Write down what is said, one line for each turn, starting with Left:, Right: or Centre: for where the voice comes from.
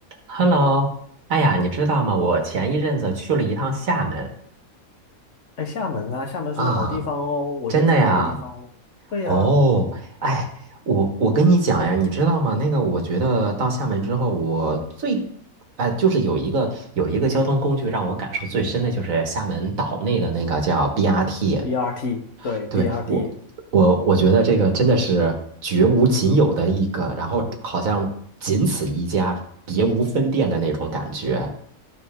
Right: Hello，哎呀，你知道吗？我前一阵子去了一趟厦门
Left: 哎，厦门啊，厦门是个好地方哦，
Right: 啊，
Left: 我就在那个地方哦。
Right: 真的呀。
Left: 对呀
Right: 哦，哎，我我跟你讲呀，你知道吗？那个，我觉得到厦门之后，我最，哎，就是有一个有一个交通工具让我感受最深的就是厦门岛内的那个叫 BRT。
Left: ，BRT，对
Right: 对，
Left: BRT，
Right: 我，我我觉得这个真的是绝无仅有的一个，然后好像仅此一家，别无分店的那种感觉。